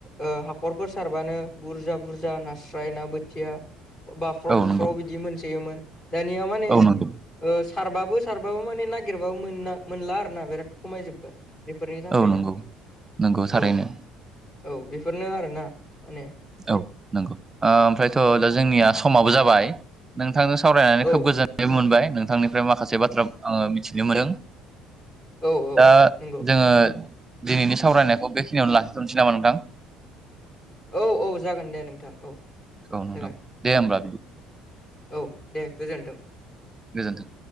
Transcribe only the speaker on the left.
ओ हाखरफोर सारबानो बुरजा बुरजा नास्राय ना बोथिया बाफ्राव-बुफ्राव
बिदि मोनसोयोमोन दानिया माने
ओ सारबाबो सारबाबो माने नागिरबाबो मोना मोनला आरो ना बिराद। खमायजोब्बाय बेफोरनि थाखायनो
औ। औ बेफोरनो आरोना माने।
औ
औ औ
नंगौ
औ औ जागोन दे नोंथां औ।
जागोन
औ औ दे गोजोनथों।